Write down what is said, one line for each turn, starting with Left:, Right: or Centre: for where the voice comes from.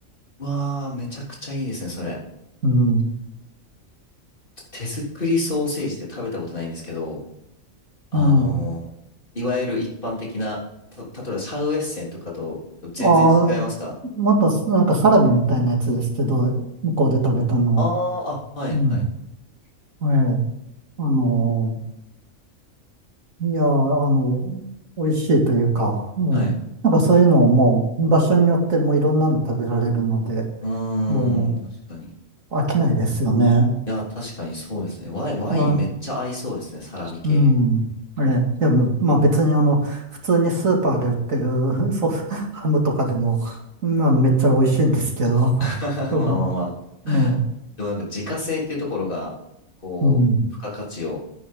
Left: わあ、めちゃくちゃいいですね、それ。
Right: うん。
Left: 手作りソーセージって食べたことないんですけど、あのーいわゆる一般的な、
Right: うん。
Left: た、例えばシャウエッセンとかと全然違いますか
Right: ああ、また、なんかサラミみたいなやつですけど、向こうで食べたのは。
Left: ああー、あ、はい、
Right: うん。
Left: はい、
Right: ええあのーいやー、あの、美味しいというか、うん。
Left: はい。
Right: なんかそういうのをもう場所によってもいろんなの食べられるので、
Left: うー
Right: も
Left: ん、確かに。い
Right: う飽きないですよね。
Left: や、確かにそうですね。ワイン、ワインめっちゃ合いそうですね、
Right: あ、
Left: サラミ系。
Right: うん。あれ、いや、ままあ別にあの、普通にスーパーで売ってるソフハムとかでも、うんあの、めっちゃ美味しいんですけど、
Left: <laughs>
Right: そ
Left: まあまあまあ。
Right: うね、
Left: でもなんか自家製っていうところが、こう、
Right: うん、
Left: 付加価値を